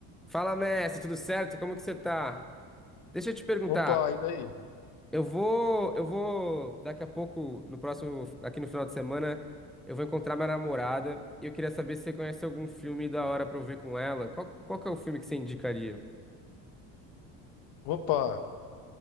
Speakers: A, in the centre; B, on the left.
A: Fala, mestre, tudo certo? Como que você tá? Deixa eu te perguntar.
B: Opa, e daí?
A: Eu vou, eu vou daqui a pouco, no próximo, aqui no final de semana, eu vou encontrar minha namorada e eu queria saber se você conhece algum filme da hora pra eu ver com ela. Qual, qual que é o filme que você indicaria?
B: Opa,